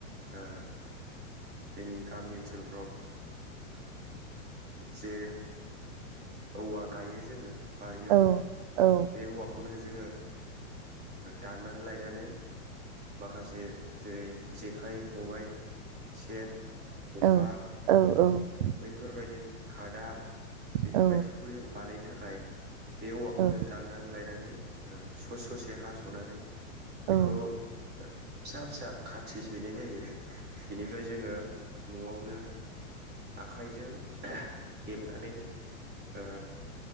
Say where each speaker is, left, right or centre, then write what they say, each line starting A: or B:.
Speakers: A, on the right; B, on the right.
A: ओ जोंनि गामि ओनसोलफ्राव जे औवा गायो जोङो बारियाव
B: औ औ
A: बे औवाखौनो जोङो दाननानै लायनानै माखासे जेरै जेखाइ खबाय सेन खखा
B: औ औ औ
A: बैफोरबायदि खादा बेफोर
B: औ
A: बायदिखौबो जों बानायनो थाखाय बे औवाखौनो
B: औ
A: दाननानै लायनानै ओ ससे ससे हास'नानै
B: औ
A: बेखौ ओ फिसा फिसा खाथि सैनाय जायो बिनिफ्राय जोङो न'आवनो आखाइजों हेबनानै ओ